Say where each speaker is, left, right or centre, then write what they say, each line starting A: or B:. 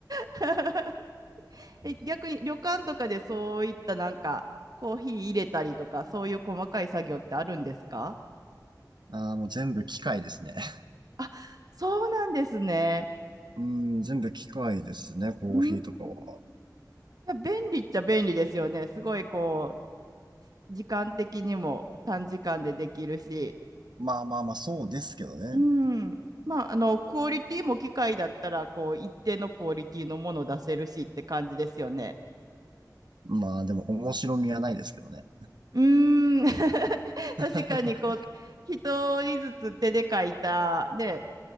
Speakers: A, on the right; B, on the right.
A: <laughs> え逆に旅館とかでそういったなんかコーヒー入れたりとかそういう細かい作業ってあるんですか
B: えーああ、もう全部機械ですね。<laughs>
A: あそうなんですね。
B: うん、全部機械ですね、コーヒーとかは。
A: うんいや便利っちゃ便利ですよね。すごいこう時間的にも短時間でできるし。
B: まあまあまあ、そうですけどね。
A: うんまあ、あのクオリティも機械だったらこう一定のクオリティのものを出せるしって感じですよね。
B: まあでも面白みはないですけどね。
A: うーん <laughs> 確かにこう一人ずつ手で書いたね
B: <laughs>